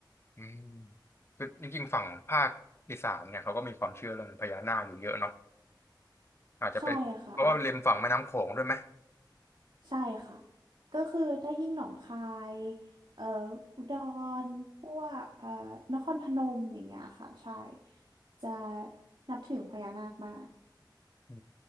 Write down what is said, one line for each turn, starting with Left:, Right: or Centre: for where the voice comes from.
Left: อืมคือจริงๆฝั่งภาคอีสานเนี่ยเขาก็มีความเชื่อเรื่องพญานาคอยู่เยอะเนาะอาจจะเป็นเพราะว่าริมฝั่งแม่น้ำโขงด้วยไหม
Right: ใช่ค่ะใช่ค่ะก็คือได้ยิ่งหนองคายเอ่ออุดรพวกเอ่อนครพนมอย่างเงี้ยค่ะใช่จะนับถือองค์พญานาคมาก
Left: อื